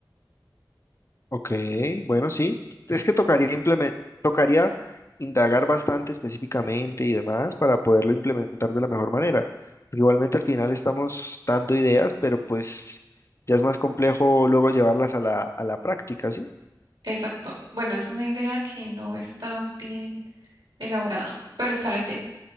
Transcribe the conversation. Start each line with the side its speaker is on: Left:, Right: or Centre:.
Left: Ok, bueno, sí. Es que tocaría implemen- tocaría indagar bastante específicamente y demás para poderlo implementar de la mejor manera. Porque igualmente al final estamos dando ideas, pero pues ya es más complejo luego llevarlas a la, a la práctica, ¿sí?
Right: Exacto. Bueno, es una idea que no está bien elaborada, pero está la idea.